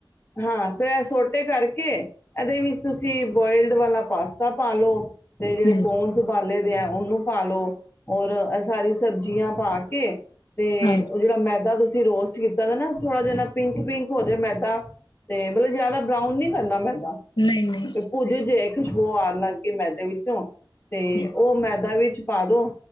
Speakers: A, on the left; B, on the left.
A: ਹਾਂ ਫਿਰ ਇਹ ਸੋਟੇ ਕਰਕੇ ਇਹਦੇ ਵਿੱਚ ਤੁਸੀਂ ਬੋਇਲਡ ਵਾਲਾ ਪਾਸਤਾ ਪਾ ਲੋ ਤੇ ਜਿਹੜੇ
B: ਹਮ
A: ਕੋਣ ਸੰਭਾਲੇ ਉਹਨੂੰ ਪਾਾਲੋ ਹੋਔਰ ਸਾਰੀ ਸਬਜ਼ੀਆਂ ਪਾ ਕੇ ਤੇ
B: ਹਾਂ
A: ਉਹ ਜਿਹੜਾ ਮੈਦਾ ਦ ਤੁਸੀਂ ਰੋਸਟ ਕੀਤਾ ਨਾ ਥੋੜਾ ਜਿ ਨਾ ਪਿੰਕ ਪਿੰਕ ਹੋ ਜਾ ਮੈਦਾ ਤੇ ਮਤਲਬ ਜਿਆਦਾ ਬਰਾਊਨ ਨੀ ਕਰਨਾ ਪੈਂਦਾ
B: ਨਹੀਂ ਨਹੀਂ
A: ਤੇ ਭੁਜ ਜੇ ਖੁਸ਼ਬੋ ਆਣ ਲੱਗ ਗਈ ਮੈਦੇ ਵਿੱਚੋਂ ਤੇ
B: ਠੀਕ
A: ਉਹ ਮੈਦਾ ਵਿੱਚ ਕੁਛ ਪਾ ਦੋ